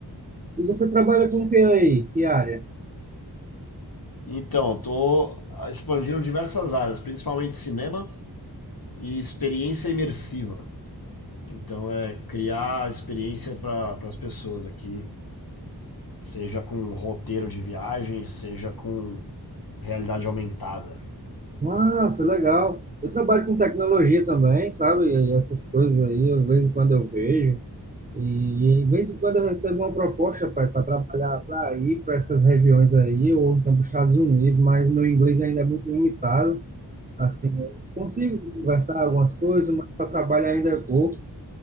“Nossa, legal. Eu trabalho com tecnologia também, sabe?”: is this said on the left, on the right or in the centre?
Right